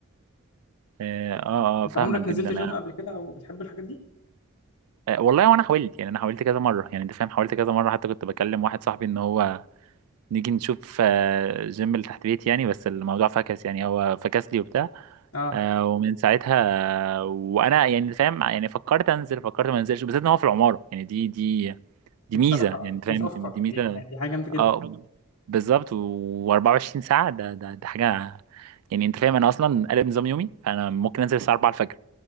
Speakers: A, on the right (about 80°); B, on the left (about 85°).
A: اه اه آه،
B: انت
A: فاهمك
B: عمرك
A: جدا
B: نزلت
A: يعني
B: جيم قبل كده او بتحب الحاجات دي
A: آه والله وانا حاولت يعني انا حاولت كذا مره يعني انت فاهم حاولت كذا مره حتى كنت بكلم واحد صاحبي ان هو نيجي نشوف آه جيم اللي تحت بيتي يعني بس الموضوع فكس يعني هو فكس لي وبتاع
B: اه
A: آه ومن ساعتها آه، وانا يعني أنت فاهم يعني فكرت انزل فكرت ما انزلش بالذات ان هو في العماره يعني دي دي دي
B: بصراحة
A: ميزه يعني انت
B: دي
A: فاهم
B: صفقة
A: دي, دي ميزه
B: دي يعني دي حاجة جامدة جدا
A: اه بالظبط و24 ساعه ده ده ده حاجه يعني انت فاهم انا اصلا قلب نظام يومي فانا ممكن انزل الساعه 4 الفجر